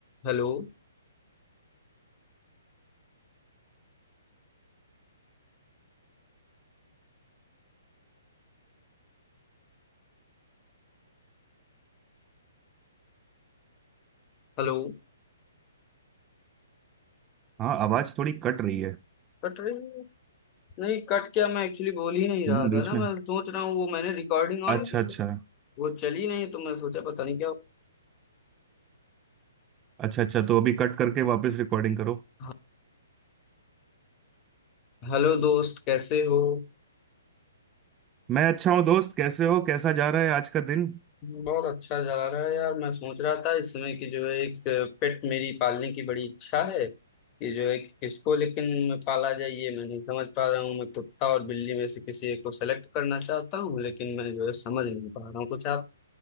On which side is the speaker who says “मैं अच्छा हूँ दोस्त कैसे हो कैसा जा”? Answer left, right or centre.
Right